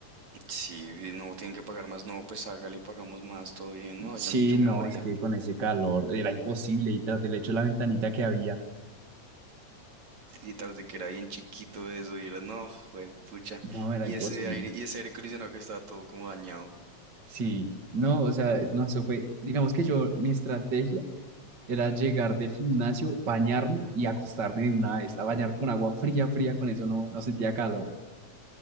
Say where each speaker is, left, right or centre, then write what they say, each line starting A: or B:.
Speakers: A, on the right; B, on the right.
A: Sí, no, tienen que pagar más, no, pues hágale, pagamos más, todo bien. No,
B: Sí,
A: yo, yo me
B: no,
A: moría.
B: es que con ese calor era imposible y tras del hecho la ventanita que había,
A: Y tras de que era bien chiquito eso, y era, no, güey, pucha.
B: no, era
A: Y
B: imposible.
A: ese aire, y ese aire acondicionado que estaba todo como dañado.
B: Sí, no, o sea, no, eso fue, digamos que yo, mi estrategia Era llegar del gimnasio, bañarme y acostarme de una vez. A bañar con agua fría, fría, con eso no, no sentía calor.